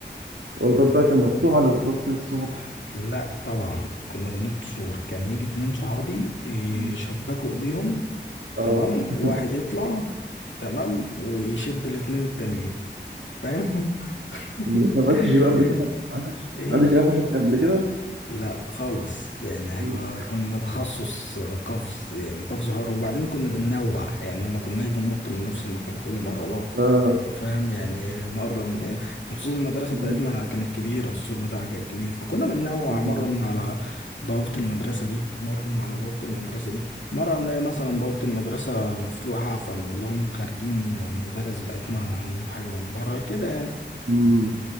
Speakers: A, on the right; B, on the left.
A: والباب بقى كان مفتوح على بطاقة السور
B: لا طبعا كنا بننط سور كان يجي اتنين صحابي يشبكوا
A: مم.
B: ايديهم
A: اه
B: تمام
A: <laughs>
B: واحد يطلع تمام ويشد الاتنين التانيين فاهم <laughs>
A: ما اتقفلتش بقى
B: <laughs>
A: قبل
B: ايه
A: كده ما عندش
B: ايه
A: ما عندش قفشك قبل كده
B: لا خالص يعني احنا
A: مم.
B: كنا تخصص قفز يعني قفز حر وبعدين كنا بننوع يعني ما كناش بننط من نفس المكان كل مرة برضه
A: اه <laughs>
B: فاهم يعني مرة من هنا وخصوصا المدرسة
A: مم.
B: بتاعتنا كانت كبيرة السور بتاعها كان كبير فكنا بننوع
A: مم.
B: مرة من على بوابة المدرسة دي مرة من على بوابة المدرسة دي مرة نلاقي مثلا بوابة المدرسة مفتوحة فنقول لهم خارجين المدرس بتاعتنا نجيب حاجة من بره كده يعني
A: مم.